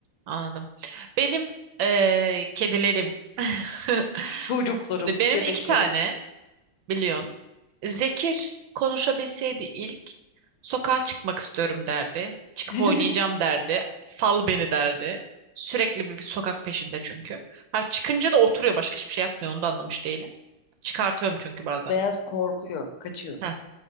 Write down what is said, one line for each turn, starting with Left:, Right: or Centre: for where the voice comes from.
Right: Anladım. Benim ee, kedilerim. <laughs> Şimdi
Left: çocuklarım,
Right: benim
Left: bebeklerim.
Right: iki tane biliyorsun. Zekir konuşabilseydi ilk sokağa çıkmak istiyorum derdi. Çıkıp
Left: <laughs>
Right: oynayacağım derdi. Sal beni derdi. Sürekli bir, bir sokak peşinde çünkü. Ha, çıkınca da oturuyor başka hiçbir şey yapmıyor onu da anlamış değilim. Çıkartıyorum çünkü bazen.
Left: Beyaz korkuyor, kaçıyor.
Right: Ha